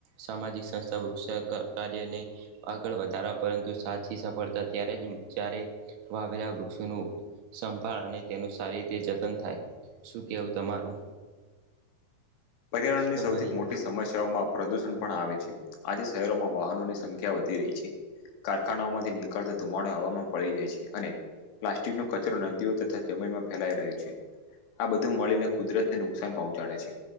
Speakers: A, on the right (about 80°); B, on the left (about 85°).
A: સામાજિક સંસ્થા વૃક્ષા કાર્યને આગળ વધારવા પરંતુ સાચી સફળતા ત્યારે જ જયારે વાવેલા વૃક્ષોનું સંભાળ અને તેનું સારી રીતે જતન થાય. શું કેવું તમારું?
B: પર્યાવરણની
A: તમારી
B: સૌથી મોટી સમસ્યાઓમાં પ્રદુષણ પણ આવે છે. આજે શહેરોમાં વાહનોની સંખ્યા વધી રહી છે. કારખાનાઓ માંથી નીકળતો ધુમાડો હવામાં ભળી જાય છે અને પ્લાસ્ટિક નો કચરો નદીઓ તથા જમીનમાં ફેલાઈ રહ્યો છે. આ બધું મળીને કુદરત તે નુકસાન પહોંચાડે છે.